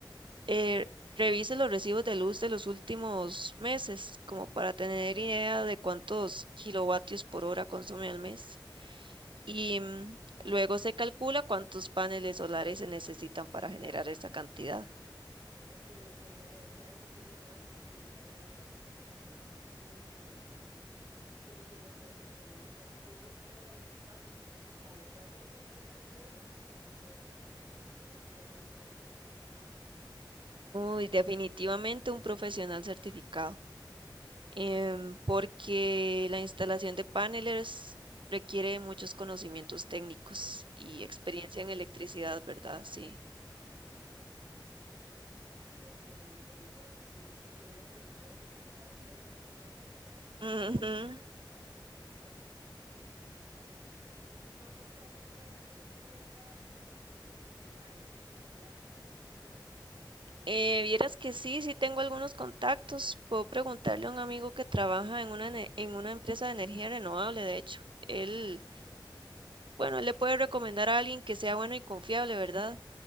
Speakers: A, on the right (about 50°); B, on the right (about 80°).
A: Ah,
B: Eh, revise los recibos de luz de los últimos meses, como para tener
A: ajá,
B: idea de cuántos kilovatios por hora consume al mes.
A: ok,
B: Y mm, luego se calcula cuántos paneles solares se necesitan para generar esa cantidad.
A: ok, ok, ya le, ya eso tiene más sentido, ya le voy agarrando el toque. Y, y es que yo tengo tantas preguntas. ¿Quién instala los paneles? O sea, ¿lo puede hacer cualquier persona o tienen que ser un profesional certificado?
B: Uy, definitivamente un profesional certificado. em, porque la instalación de paneles requiere muchos conocimientos técnicos y
A: Mm,
B: experiencia en electricidad,
A: ya,
B: ¿verdad? Sí.
A: sí. Ok, ok, bueno, sí, es que sería peligroso intentar hacerlo uno mismo, ¿verdad? Sin
B: Ujú.
A: saber nada, luego queda quemado. ¿Y, y usted conoce a alguien que haga ese tipo de trabajo y, y que, y que mae, lo primordial, que sea de confianza?
B: Eh, vieras que sí, sí tengo algunos contactos. Puedo preguntarle a un amigo que trabaja en una, ene- en una empresa de energía renovable, de hecho. Él, bueno, él le puede recomendar a alguien que sea bueno y confiable, ¿verdad?